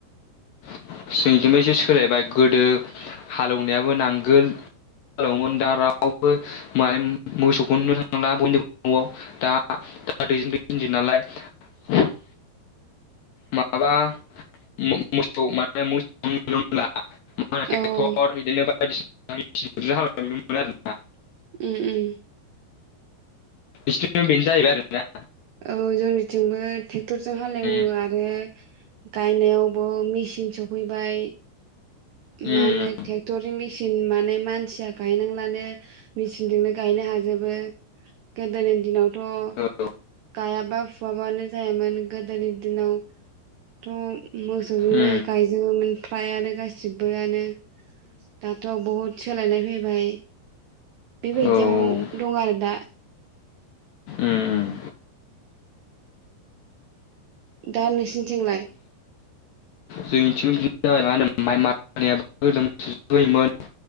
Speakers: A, on the left; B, on the right.
A: <unintelligible> एसे सोलायबाय गोदो हालेवनायाबो नांगोल <unintelligible> दा रावबो <unintelligible> मोसौखौनो नुनो थांदला बयनिबो न'वाव दा <unintelligible> <unintelligible> माबा मो- मोसौ माने मोसौखोनों नुनो मोनला। मालाय ट्रेक्टर
B: औ उम
A: बिदिनो बाय बायदिसिना हालायलांनो मोनो आरो ना।
B: उम उम।
A: बिसोरना बेनो जाहैबाय आरोना।
B: औ जोंनिथिंबो <unintelligible> ट्रेक्टरजों हालेवो
A: उम
B: आरो। गायनायावबो मेचिन सफैबाय। मा
A: उम
B: होनोे <unintelligible> टेक्टर मेसिन माने मानसिया गायनांलानो मेचिनजोंनो गायनो हाजोबो गोदोनि दिनावथ'
A: उम औ
B: गायाबा फुवाबानो जायामोन गोदोनि दिनावथ' मोसौजोंनो
A: उम
B: गायजोबोमोन फ्रायानो गासिबोआनो दाथ' बहुद सोलायनाय फैबाय बेबायदियाव
A: औ उम
B: दं आरो दा।
A: उम
B: दा नोंसिनिथिंलाय?
A: जोंनिथिंबो बिदिनो जाबाय मा होनो माइ मारोन होनायाबो गोदो मोसौजों होयोमोन